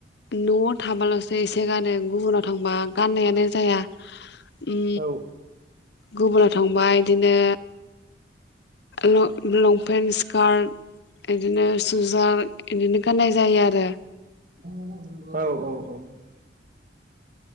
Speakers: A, on the left; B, on the right.
A: नआव थाबालासो एसे गानो गुबुनाव थांबा गाननायानो जाया उम
B: औ
A: गुबुनाव थांबाय इदिनो ल-लंपेन्ट स्कार्ट इदिनो सुजार इदिनो गाननाय जायो आरो
B: औ औ औ